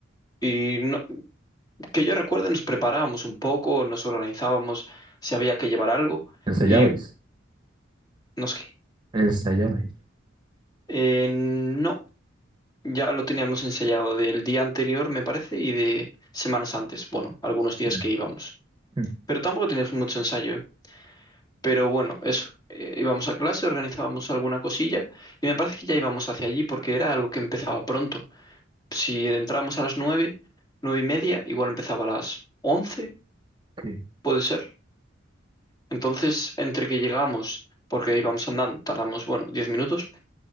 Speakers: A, on the left; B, on the right.
A: Y no- que yo recuerde, nos preparábamos un poco, nos organizábamos si había que llevar algo.
B: Ensayabais,
A: Y no sé,
B: ensayabais.
A: eh, no, ya lo teníamos ensayado del día anterior, me parece, y de semanas antes, bueno, algunos días
B: Mm,
A: que íbamos.
B: mm,
A: Pero tampoco teníamos mucho ensayo, ¿eh? Pero bueno, eso, eh, íbamos a clase, organizábamos alguna cosilla, y me parece que ya íbamos hacia allí porque era algo que empezaba pronto. Si entrábamos a las nueve, nueve y media, igual empezaba a las once,
B: sí.
A: puede ser. Entonces, entre que llegamos, porque íbamos andando, tardamos, bueno, diez minutos,